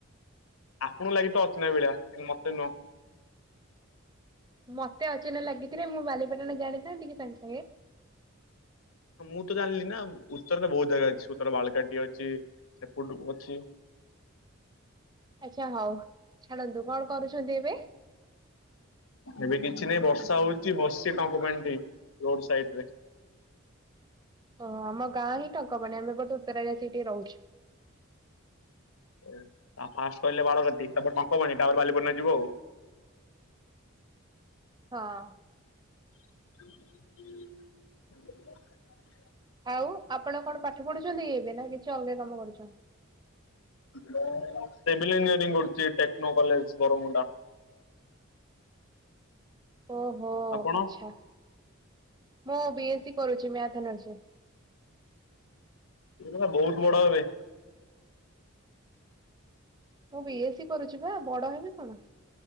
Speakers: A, on the left; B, on the right.
A: ଆପଣଙ୍କୁ ଲାଗି ଥବ ଅଚିହ୍ନା ଭଳିଆ କିନ୍ତୁ ମତେ ନୁହଁ।
B: ମତେ ଅଚିହ୍ନା ଲାଗିଥିଲେ ମୁଁ ବାଲିପାଟଣା ଜାଣିଥାନ୍ତି କି ସାଙ୍ଗେ ସାଙ୍ଗେ?
A: ହଁ ମୁଁ ତ ଜାଣିଲି ନା ଉତ୍ତର ତ ବହୁତ ଜାଗା ଅଛି। ଉତ୍ତର ବାଳକାଟି ଅଛି ସେପଟୁ ଅଛି
B: ଆଚ୍ଛା ହଉ ଛାଡ଼ନ୍ତୁ କଣ କରୁଚନ୍ତି ଏବେ?
A: ଏବେ କିଛି ନାହିଁ ବର୍ଷା ହଉଚି ବସିଚି ଟଙ୍କପାଇଁଠି ରୋଡ ସାଇଡ ରେ।
B: ଓହୋ ଆମ ଗାଁ ହିଁ ଟଙ୍କପାଣି। ଆମେ ବଟ ଉତ୍ତରା ରେ ସେଇଠି ରହୁଚୁ।
A: ଓ ଆ ଫାଷ୍ଟ କହିଲେ ବାଳକାଟି ତାପରେ ଟଙ୍କପାଣି ତାପରେ ବାଲିପାଟଣା ଯିବ ଆଉ।
B: ହଁ।
A: ହୁଁ
B: ଆଉ ଆପଣ କଣ ପାଠ ପଢୁଚନ୍ତି କି ଏବେ ନା କିଛି ଅଲଗା କାମ କରୁଚନ୍ତି?
A: ମୁଁ ସିଭିଲ୍ ଇଞ୍ଜିନିୟରିଂ କରୁଚି ଟେକ୍ନୋ କଲେଜ ବରମୁଣ୍ଡା।
B: ଓହୋ
A: ଆପଣ
B: ଆଚଛା। ମୁଁ ବି ଏସ୍ ସି କରୁଚି ମ୍ୟାଥ ଅନର୍ଷ ରେ।
A: ର ବହୁତ ବଡ ହେବେ।
B: ମୁଁ ବି ଏସ୍ ସି କରୁଚି ବା ବଡ ହେବି କଣ?